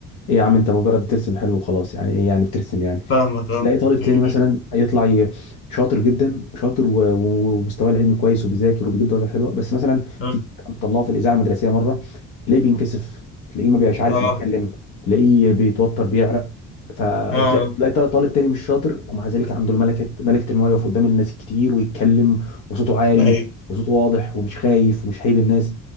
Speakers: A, on the left; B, on the left.
A: ايه يا عم انت مجرد ترسم حلو وخلاص يعني ايه يعني بترسم يعني
B: فاهمك اه
A: تلاقي طالب
B: مم.
A: تاني مثلا يطلع ي- شاطر جدا شاطر و- و- ومستواه العلمي كويس وبيذاكر وبيجيب درجات حلوه بس مثلا
B: اه
A: تيجي تطلعه في الاذاعه المدرسيه مره تلاقيه بينكسف تلاقيه ما بيبقاش عارف
B: اه
A: يتكلم تلاقيه بيتوتر بيعرق فتلاقي
B: اه آه.
A: تلاقي ط- طالب تاني مش شاطر ومع ذلك عنده الملكه ملكه ان هو يقف قدام الناس كتير ويتكلم وصوته عالي
B: ايوه
A: وصوته واضح ومش خايف ومش هايب الناس